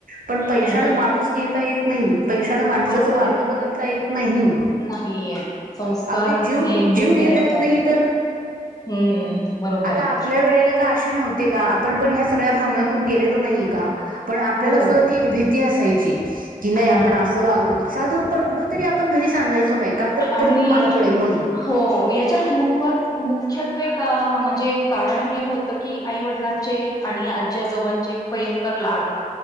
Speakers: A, on the right; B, on the left.
A: पण पैशाला
B: हो.
A: माणूस घेता येत नाही पैशाानं माणसाचं
B: बरोबर
A: वागणं
B: आहे
A: बदलता येत नाही.
B: नाही आहेत संस्कार
A: अगदी जीव
B: हे खूप
A: जीव घेता
B: हे असतात.
A: येत नाही तर
B: हम्म बरोबर
A: आता
B: आहे
A: आपल्या वेळेला काय असे नव्हते का. आपण पण ह्या सगळ्या भावना गेलेलो नाही का. पण आपल्याला
B: हो
A: सुद्धा ती एक भीती असायची कि नाही
B: हम्म
A: आपण असं वागलो तर साधं पडलो तरी आपण घरी सांगायचो नाही का तर परत
B: आणि
A: मार पडेल म्हणून
B: हो याच्या ते मुख मुख्यत्वे म्हणजे कारण हे होतं की आई वडिलांचे चे आणि आज आजोबांचे भयंकर लाड